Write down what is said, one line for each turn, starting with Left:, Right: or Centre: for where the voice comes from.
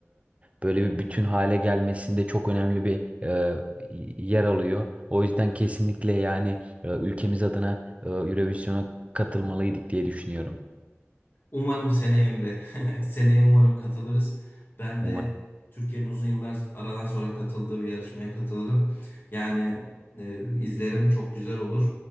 Right: böyle bir bütün hale gelmesinde çok önemli bir e, yer alıyor. O yüzden kesinlikle yani e, ülkemiz adına e, Eurovision'a katılmalıydık diye düşünüyorum.
Left: Umarım seneye Emre. <laughs> Seneye umarım katılırız. Ben
Right: Umarım.
Left: de Türkiye'nin uzun yıllar aradan sonra katıldığı bir yarışmaya katılırım. Yani e, izlerim çok güzel olur.